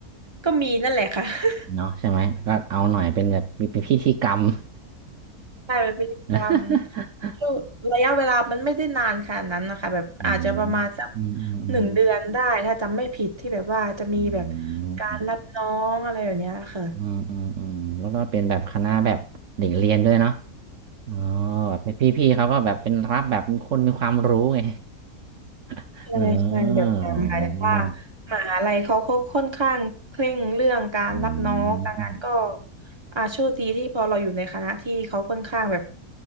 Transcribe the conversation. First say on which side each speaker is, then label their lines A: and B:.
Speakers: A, on the right; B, on the right.
A: ก็มีนั่นแหละค่ะ <laughs>
B: เนาะใช่ไหมก็เอาหน่อยเป็นแบบเป็นพิธีกรรม
A: ใช่เป็นพฤติกรรม
B: <laughs>
A: ช่วงระยะเวลามันไม่ได้นานขนาดนั้นนะคะแบบอาจจะประมาณสัก
B: อืมอืมอืมอืม
A: หนึ่งเดือนได้ถ้าจำไม่ผิดที่แบบว่าจะมีแบบ
B: อื
A: การรับน้องอะไรแบบเนี้ยค่ะ
B: มอืมอืมอืมแล้วก็เป็นแบบคณะแบบเด็กเรียนด้วยเนาะอ๋อแบบเป็นพี่พี่เขาก็แบบเป็นรับแบบเป็นคนมีความรู้ไง <laughs>
A: ใช่ใช่แบบนั้นหมายถึงว่า
B: เอออ๋อ
A: มหาลัยเขาเขาค่อนข้างเคร่งเรื่องการรับน้องดังนั้นก็
B: อืม
A: อาโชคดีที่พอเราอยู่ในคณะที่เขาค่อนข้างแบบ